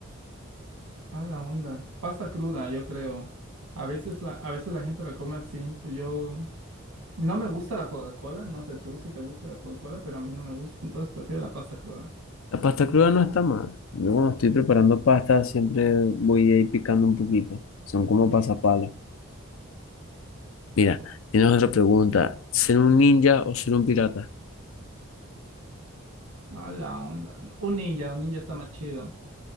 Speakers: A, on the right; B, on the left.
A: Ah, la onda. Pasta cruda, yo creo. A veces la, a veces la gente la come así, pero yo no me gusta la Coca-Cola, no sé tú si te gusta la Coca-Cola, pero a mí no me gusta, entonces prefiero la pasta cruda.
B: La pasta cruda no está mal. Yo cuando estoy preparando pasta siempre voy ahí picando un poquito. Son como pasapalos. Mira, tienes otra pregunta. ¿Ser un ninja o ser un pirata?
A: Ah, la onda. Un ninja, un ninja está más chido.